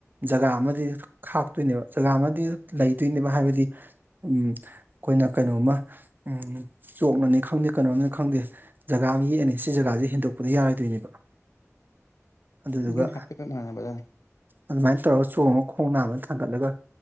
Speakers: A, on the right; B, on the left.
A: ꯖꯒꯥ ꯑꯃꯗꯤ ꯈꯥꯛꯇꯣꯏꯅꯦꯕ ꯖꯒꯥ ꯑꯃꯗꯤ ꯂꯩꯗꯣꯏꯅꯦꯕ ꯍꯥꯏꯕꯗꯤ ꯎꯝ ꯑꯩꯈꯣꯏꯅ ꯀꯩꯅꯣꯝꯃ ꯎ ꯆꯣꯛꯅꯅꯤ ꯈꯪꯗꯦ ꯀꯩꯅꯣꯝꯅꯤ ꯈꯪꯗꯦ ꯖꯒꯥ ꯑꯃ ꯌꯦꯛꯑꯅꯤ ꯁꯤ ꯖꯒꯥꯁꯦ ꯍꯦꯟꯗꯣꯛꯄꯗꯤ ꯌꯥꯔꯣꯏꯗꯣꯏꯅꯦꯕ ꯑꯗꯨꯗꯨꯒ
B: ꯑꯗꯨꯝ ꯍꯥꯏꯐꯦꯠ ꯍꯥꯏꯐꯦꯠ ꯃꯥꯟꯅꯕꯗ
A: ꯑꯗꯨꯃꯥꯏꯅ ꯇꯧꯔꯒ ꯆꯣꯡꯉꯒ ꯈꯣꯡ ꯅꯥꯝꯃ ꯊꯥꯡꯒꯠꯂꯒ